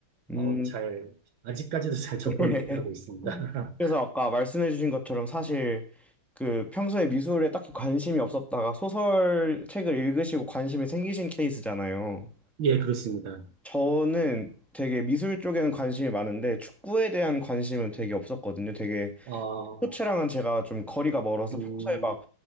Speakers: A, in the centre; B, on the right.
A: 음,
B: 어, 잘, 아직까지도 잘 접근을
A: <laughs>
B: 못하고 있습니다. <laughs>
A: 그래서 아까 말씀해주신 것처럼 사실 그 평소에 미술에 딱히 관심이 없었다가 소설 책을 읽으시고 관심이 생기신 케이스잖아요.
B: 예, 그렇습니다.
A: 저는 되게 미술 쪽에는 관심이 많은데 축구에 대한 관심은 되게 없었거든요. 되게
B: 아,
A: 스포츠랑은 제가 좀 거리가 멀어서
B: 음,
A: 평소에 막